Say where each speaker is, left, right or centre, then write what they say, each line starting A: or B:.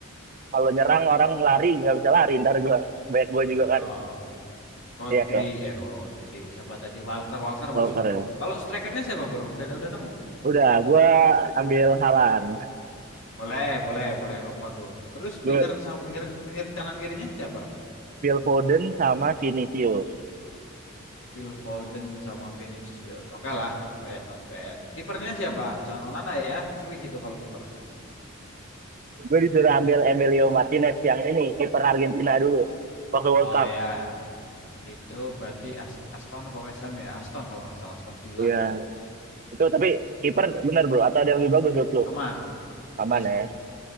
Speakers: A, on the right; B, on the left.
A: kalau nyerang orang lari nggak bisa lari ntar gue banyak gue
B: Nah,
A: juga kan
B: eh, Rodri,
A: iya ya
B: eh Rodri, siapa tadi? Walker, Walker
A: Walker
B: masuk
A: ya
B: tuh. Kalau strikernya siapa bro? Udah udah nemu?
A: udah gue ambil Halan
B: Boleh, boleh, boleh robot tuh. Terus
A: gue
B: winger sam- winger winger kanan kirinya siapa?
A: Phil Foden sama Vinicius
B: Phil Foden sama Vinicius. Oke lah, not bad, not bad. Kipernya siapa? Jangan Onana ya. Cuy itu kalau kiper.
A: gue disuruh ambil Emilio Martinez yang ini kiper Argentina dulu waktu World
B: Oh
A: Cup
B: ya, Itu berarti As- Aston apa West Ham ya? Aston kalau nggak salah Aston Villa.
A: Iya. itu tapi kiper bener bro atau ada yang lebih bagus menurut
B: Aman.
A: aman
B: Yes,
A: ya